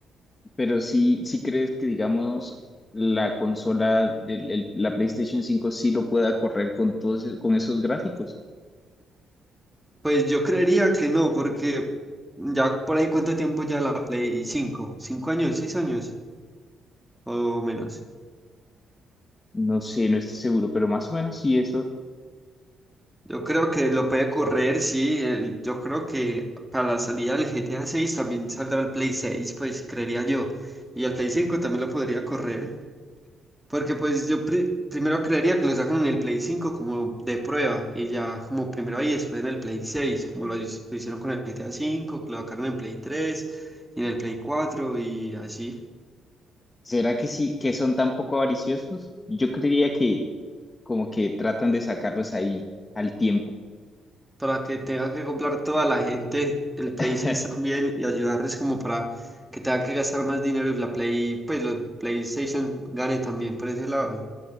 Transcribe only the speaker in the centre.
Pues yo creería que no, porque ya por ahí cuánto tiempo ya la Play cinco 5 años, 6 años o menos.
Yo creo que lo puede correr, sí. el- yo creo que para la salida del GTA 6 también saldrá el Play 6, pues creería yo. Y el Play 5 también lo podría correr. Porque pues yo pri- primero creería que lo sacan en el Play 5 como de prueba. Y ya como primero ahí, después en el Play 6, como lo, his- lo hicieron con el GTA 5, que lo sacaron en Play 3 y en el Play 4 y así.
para que tenga que comprar toda la gente el
Play 6 también y ayudarles como para que tenga que gastar más dinero y la Play, pues los PlayStation gane también por ese lado.